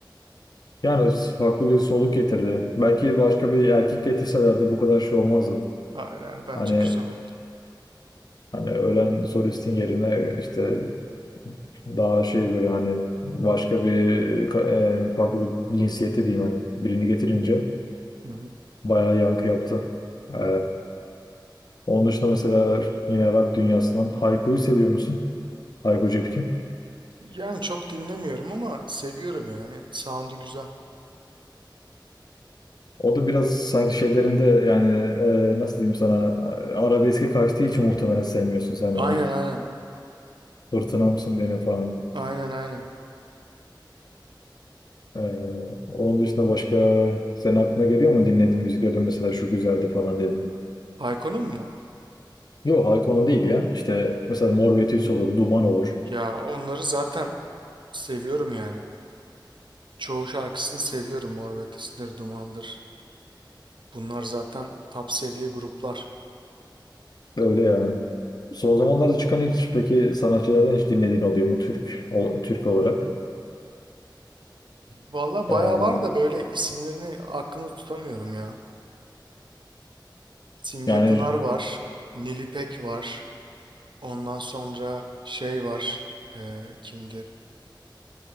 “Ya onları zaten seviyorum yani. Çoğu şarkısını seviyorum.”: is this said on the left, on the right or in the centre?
Right